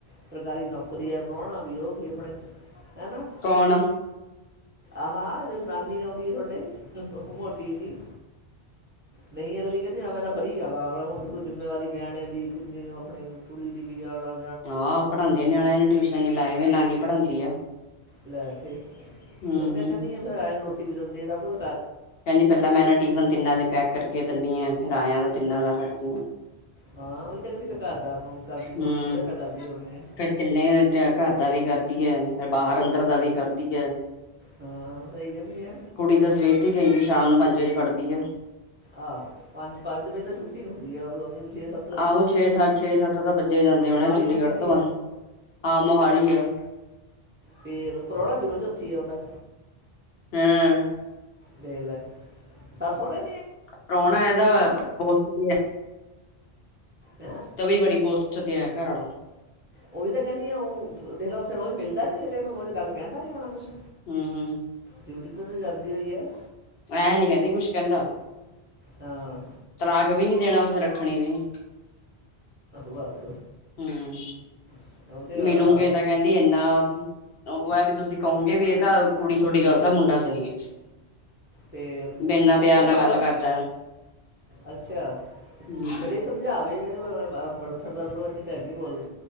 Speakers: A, on the right; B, on the left.
A: ਸਰਕਾਰੀ ਨੌਕਰੀ ਹੈ, ਪ੍ਰਹੁਣਾ ਵੀ ਉਹ ਵੀ ਆਪਣੇ ਹਨਾ,
B: ਕੌਣ ਹਾਂ।
A: ਆਹਾ ਨਾਨੀ, ਆਉਂਦੀ ਤੁਹਾਡੇ ਉਹ ਮੋਟੀ ਜੀ ਨਹੀਂ ਅਗਲੀ ਕਹਿੰਦੀ ਆ, ਮੈਂ ਤਾਂ ਫਰੀ ਜਾਵਾਂ ਆਪਣਾ ਹੁਣ ਦੇਖੋ ਜਿੰਮੇਵਾਰੀ ਨਿਆਣੇ ਦੀ ਕਿੰਨੀ ਉਹ ਆਪਣੀ ਕੁੜੀ ਦੀ ਵੀ ਆਣਾ
B: ਹਾਂ ਪੜ੍ਹਾਂਦੇ ਨਿਆਣਿਆਂ ਨੂੰ, ਟਿਊਸ਼ਨ ਲਗਾਇਆ ਨਾਲੇ ਪੜ੍ਹਾਉਂਦੀ ਆ
A: ਲੈ ਫੇਰ
B: ਹੂੰ
A: ਉਹੀ ਤਾਂ
B: ਹੂੰ।
A: ਕਹਿੰਦੀ, ਆ ਫਿਰ ਆਏ ਨੂੰ ਰੋ ਵੀ ਜਾਂਦੀ ਸਭ ਕੁਛ
B: ਕਹਿੰਦੀ ਪਹਿਲਾਂ ਮੈਂ ਨਾ ਟਿਫਨ ਤਿੰਨਾਂ ਦੇ ਪੈਕ ਕਰਕੇ ਦਿੰਦੀ ਆ, ਫਿਰ ਆਇਆ ਦਾ ਤਿੰਨਾਂ
A: ਹਾਂ
B: ਦਾ ਕਰਦੀ ਆ
A: ਹਾਂ ਉਹੀ ਤਾਂ ਕਹਿੰਦੀ ਫਿਰ ਘਰ ਦਾ ਉਹ ਕਰਦੀ ਹੋਣੀ
B: ਹਮ
A: ਬੁੜੇ ਦਾ ਕਰਦੀ ਹੋਣੀ ਆ
B: ਫਿਰ ਤਿੰਨੇ ਘਰ ਦਾ ਵੀ ਕਰਦੀ ਹੈ, ਫਿਰ ਬਾਹਰ ਅੰਦਰ ਦਾ ਵੀ ਕਰਦੀ ਹੈ
A: ਹਾਂ ਸਹੀ ਕਹਿੰਦੀ ਆ
B: ਕੁੜੀ ਤਾਂ ਸਵੇਰ ਦੀ ਗਈ ਵੀ ਸ਼ਾਮ ਨੂੰ ਪੰਜ ਵਜੇ ਪੜ੍ਹਦੀ ਹੈ
A: ਆਹੋ ਪੰਜ -ਪੰਜ, ਵਜੇ ਤੋਂ ਛੁੱਟੀ ਹੁੰਦੀ ਆ ਉ ਛੇ ਸੱ
B: ਆਹੋ ਛੇ -ਸੱਤ, ਛੇ- ਸੱਤ ਤਾਂ ਬੱਜੇ ਜਾਂਦੇ ਹੋਣੇ
A: ਮੋਹਾਲੀ
B: ਚੰਡੀਗੜ੍ਹ
A: ਲੱਗੀ ਵੀ
B: ਤੋਂ ਆ ਹਾਂ ਮੋਹਾਲੀ ਕਲੀ ਹੈ।
A: ਫੇਰ ਪ੍ਰਾਹੁਣਾ ਵੀ ਰੋਜ ਉੱਥੇ ਈ ਆਉਂਦਾ?
B: ਹਮ
A: ਦੇਖ ਲੈ, ਸੱਸ ਸੋਰੇ
B: ਪ੍ਰਾਹੁਣਾ ਇਹਦਾ ਕਰੋੜਪਤੀ ਹੈ ਐ।
A: ਹੈਂ,
B: ਬੜੀ ਪੋਸਟ ਤੇ ਹੈ ਘਰ ਵਾਲਾ
A: ਉਹ ਵੀ ਤਾਂ ਕਹਿੰਦੀ ਆ, ਉਹ ਦੇਖ ਲੇ ਰੋਜ਼ ਮਿਲ ੀ ਜੇ ਤਨੂੰ ਰੋ ਗੱਲ ਕਿੰਦਾ ਹੋਣਾ ਕੁਛ
B: ਹਮ
A: ਡਿਊਟੀ 'ਤੇ ਤਾਂ ਜਾਂਦੀ ਹੋਈ ਹੈ
B: ਐ ਨੀ ਕਹਿੰਦੀ ਕੁਛ ਕਹਿੰਦਾ
A: ਹਾਂ
B: ਤਲਾਕ ਵੀ ਨੀ ਦੇਣਾ, ਵੈਸੇ ਰੱਖਣੀ ਵੀ ਨੀ
A: ਬਸ
B: ਹਮ
A: ਉਹਦੇ ਵਾਲਾ
B: ਮਿਲਗੇ,
A: ਹਾਲ
B: ਤਾਂ ਕਹਿੰਦੀ ਇੰਨਾ ਉਹ ਹੈ ਵੀ ਤੁਸੀਂ ਕਹੋਗੇ ਵੀ ਇਹ ਤਾਂ ਕੁੜੀ ਤੁਹਾਡੀ ਗੱਲ ਤਾਂ ਮੁੰਡਾ ਸਹੀ ਹੈ।
A: ਫੇਰ
B: ਵੀ ਇੰਨਾ ਪਿਆਰ
A: ਉਹਦੇ
B: ਨਾਲ
A: ਮਾਂ
B: ਗੱਲ
A: ਬਾਪ
B: ਕਰਦਾ
A: ਅੱਛਾ
B: ਹਮ
A: ਫੇਰ ਇਹ ਸਮਝਾ ਬਫੜ ਦਰ ਲ ਅ ਤੇ ਹੈਗੀ ਬੋਲ